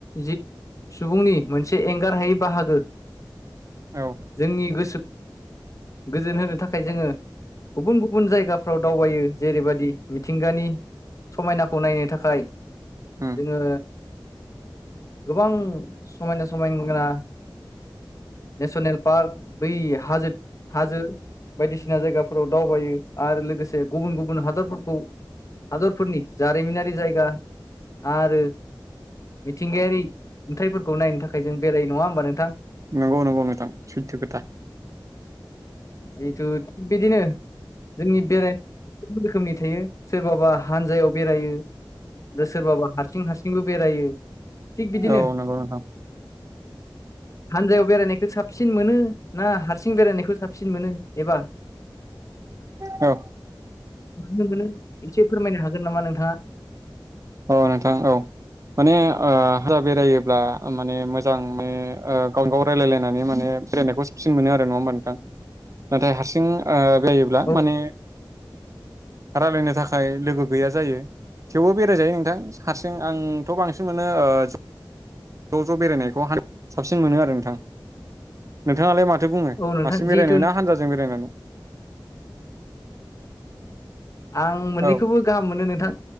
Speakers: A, on the left (about 40°); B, on the right (about 40°).
A: जि सुबुंनि मोनसे एंगारहायै बाहागो।
B: औ
A: जोंनि गोसो गोजोन होनो थाखाय जोङो गुबुन गुबुन जायगाफ्राव दावबायो जेरैबायदि मिथिंगानि समायनाखौ नायनो थाखाय
B: उम
A: जोङो गोबां समायना समायना नेसनेल पार्क बै हाजो- हाजो बायदिसिना जायगाफोराव दावबायो आरो लोगोसे गुबुन गुबुन हादरफोरखौ हादरफोरनि जारिमिनारि जायगा आरो मिथिंगायारि नुथायफोरखौ नायनो थाखाय जों बेरायो नङा होमबा नोंथां
B: नंगौ नंगौ नोंथां सैथो खोथा
A: जिथु थिग बिदिनो जोंनि बेरायनाय <unintelligible> रोखोमनि थायो सोरबाबा हानजायाव बेरायो आरो सोरबाबा हारसिं हारसिंबो बेरायो थिग बिदिनो
B: औ नंगौ नोंथां
A: हानजायाव बेरायनायखौ साबसिन मोनो ना हारसिं बेरायनायखौ साबसिन मोनो एबा
B: औ
A: नों एसे फोरमायनो हागोन नामा नोंथाङा
B: औ नोंथां औ माने हा बेरायोब्ला माने मोजां माने गाव गाव रायजलायलायनानै माने बेरायनायखौ साबसिन मोनो आरो नङा होमबा नोंथां नाथाय हारसिं जायोब्ला
A: औ
B: माने रायज्लायनो थाखाय लोगो गैया जायो थेवबो बेरायजायो नोंथां हारसिं आंथ' बांसिन मोनो ज' ज' बेरायनायखौ साबसिन मोनो आरो नोंथां नोंथाङालाय मा माथो बुङो
A: औ नोंथां
B: हारसिं
A: जिहेथु
B: बेरायनाय ना हानजाजों बेरायनानै
A: आं मोननैखौबो
B: औ
A: गाहाम मोनो नोंथां